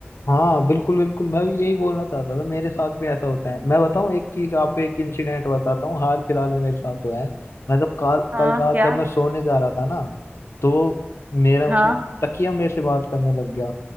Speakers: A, on the left; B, on the right.
A: हाँ बिल्कुल बिल्कुल मैं भी यही बोलना चाहता था मेरे साथ भी ऐसा होता है मैं बताऊँ एक चीज आपको एक इंसिडेंट बताता हूँ हाल फिलहाल में मेरे साथ हुआ है मैं जब कल
B: हाँ
A: कल रात
B: क्या
A: जब मैं सोने जा रहा था ना तो मेरा
B: हाँ
A: मतलब तकिया मेरे से बात करने लग गया